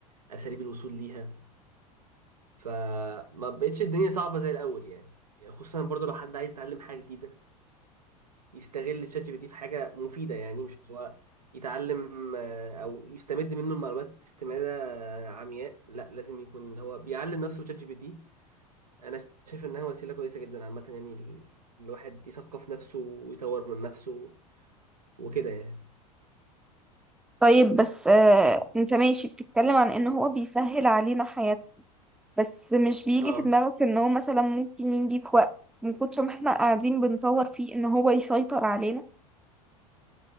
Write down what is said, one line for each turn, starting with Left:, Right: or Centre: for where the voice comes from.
Right: اساليب الوصول ليها فما بقتش الدنيا صعبه زي الاول يعني خصوصا برضو لو حد عايز يتعلم حاجه جديده يستغل شات جي بي تي في حاجة مفيدة يعني مش اللي هو يتعلم آه، او يستمد منه المعلومات استمادة آه، عمياء لا لازم يكون اللي هو بيعلم نفسه شات جي بي تي انا شايف انها وسيلة كويسة جدا عامة يعني ال- الواحد يثقف نفسه ويطور من نفسه وكده يعني
Centre: طيب بس آه انت ماشي بتتكلم عن ان هو بيسهل علينا حياتنا بس مش بيجي
Right: اه
Centre: في دماغك ان هو مثلا ممكن يجي في وقت من كتر ما احنا قاعدين بنطور فيه ان هو يسيطر علينا